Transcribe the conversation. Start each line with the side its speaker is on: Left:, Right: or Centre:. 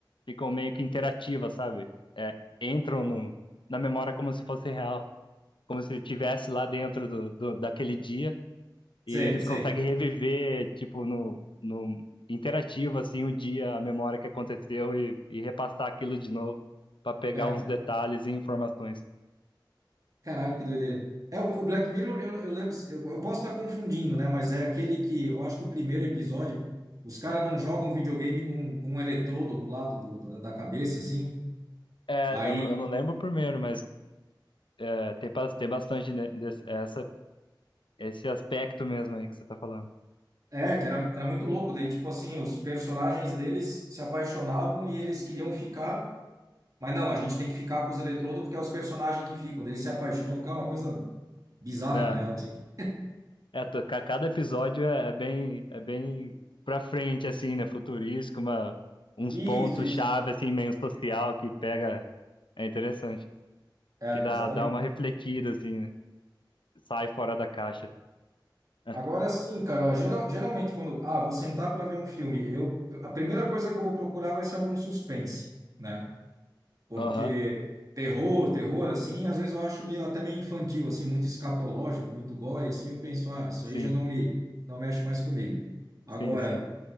Left: ficam meio que interativas, sabe? É, entram no, na memória como se fosse real, como se estivesse lá dentro do, do, daquele dia. E
Right: sei,
Left: eles
Right: sei.
Left: conseguem reviver, tipo, no, no interativo, assim, o dia, a memória que aconteceu e, e repassar aquilo de novo para pegar
Right: Cara,
Left: uns
Right: que do-
Left: detalhes e informações.
Right: caralho, que doideira. É, o, o Black Mirror, eu, eu lembro, eu, eu posso estar confundindo, né? Mas é aquele que, eu acho que o primeiro episódio, os caras não jogam um videogame com, com um eletrodo no lado do- do- da cabeça, assim.
Left: É,
Right: Aí,
Left: eu não, eu não lembro o primeiro, mas é, tem, bas- tem bastante de- desse, essa, esse aspecto mesmo aí que você tá falando.
Right: é, que era, era muito louco. Daí, tipo assim, os personagens deles se apaixonavam e eles queriam ficar, mas não, a gente tem que ficar com os eletrodos porque é os personagens que ficam. Daí Eles se apaixonam, cara, é uma coisa bizarra,
Left: É,
Right: na real. assim.
Left: é, to- ca- cada episódio é, é bem, é bem pra frente, assim, né? Futurístico, uma, uns
Right: Isso,
Left: pontos-chave,
Right: isso.
Left: assim, meio social que pega. É interessante.
Right: É,
Left: Que dá,
Right: exatamente.
Left: dá uma refletida, assim, né? Sai fora da caixa. <laughs>
Right: Agora sim, Carol. Geral, geralmente, quando. Ah, vou sentar para ver um filme. Eu, a primeira coisa que eu vou procurar vai ser algum suspense, né? Porque
Left: Aham,
Right: terror, terror, assim, às vezes eu acho meio, até meio infantil, assim, muito escatológico, muito gore, assim. Eu penso, ah, isso
Left: sim,
Right: aí já não me, não mexe mais comigo. Agora,
Left: sim, sim.